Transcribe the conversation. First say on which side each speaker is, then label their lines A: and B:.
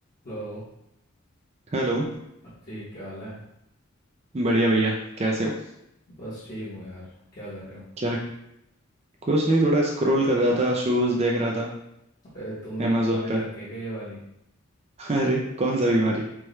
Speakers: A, on the left; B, on the right.
A: Hello
B: हेलो
A: हाँ जी क्या हाल है
B: बढ़िया भैया कैसे हो
A: बस ठीक हूँ यार क्या कर रहे हो
B: क्या कुछ नहीं थोड़ा स्क्रॉल कर रहा था शूज देख रहा था
A: अरे तुम्हें
B: amazon
A: भी बीमारी
B: पे
A: लग गई क्या ये वाली
B: <laughs> अरे कौन सा बीमारी